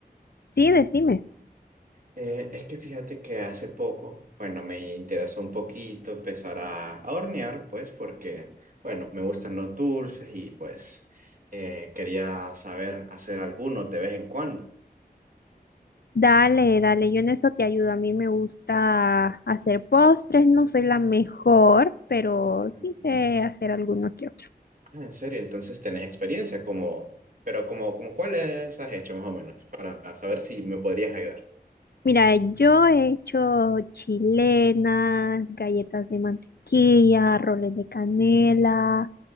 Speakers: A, on the left (about 70°); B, on the right (about 55°).
A: Sí, decime.
B: Eh, es que fíjate que hace poco, bueno, me interesó un poquito empezar a, a hornear, pues porque, bueno, me gustan los dulces y pues eh, quería saber hacer algunos de vez en cuando.
A: Dale, dale, yo en eso te ayudo. A mí me gusta hacer postres, no soy la mejor, pero
B: Ujú.
A: sí sé hacer algunos que otros.
B: Ah, En serio, entonces tenés experiencia como, pero como, como cuáles has hecho más o menos, para saber si me podrías ayudar.
A: Mira, yo he hecho chilenas, galletas de mantequilla, roles de canela,